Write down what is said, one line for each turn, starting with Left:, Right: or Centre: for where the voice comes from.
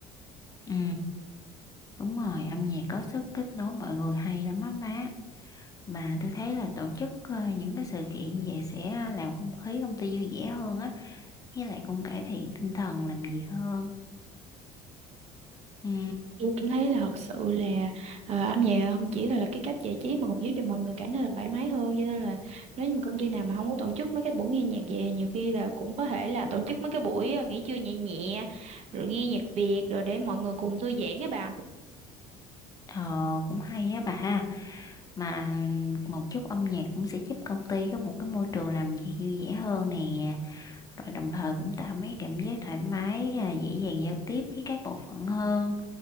Left: ừ đúng rồi âm nhạc có sức kết nối mọi người hay lắm á má mà tôi thấy là tổ chức ờ, những cái sự kiện như vậy sẽ làm không khí công ty vui vẻ hơn á với lại cũng cải thiện tinh thần làm việc hơn ừ
Right: Tôi cảm thấy là thật sự là à, âm nhạc không chỉ là cái cách giải trí mà còn giúp cho mọi người cảm thấy là thoải mái hơn. Cho nên là nếu như mà công ty nào mà không có tổ chức mấy cái buổi nghe nhạc về nhiều khi là cũng có thể là tổ chức mấy cái buổi à, nghỉ trưa nhẹ nhẹ rồi nghe nhạc Việt rồi để mọi người cùng thư giãn á bà.
Left: Ờ, cũng hay á bà ha. Mà một chút âm nhạc cũng sẽ giúp công ty có một cái môi trường làm việc vui vẻ hơn nè. Rồi đồng thời cũng tạo mấy cảm giác thoải mái, à, dễ dàng giao tiếp với các bộ phận hơn.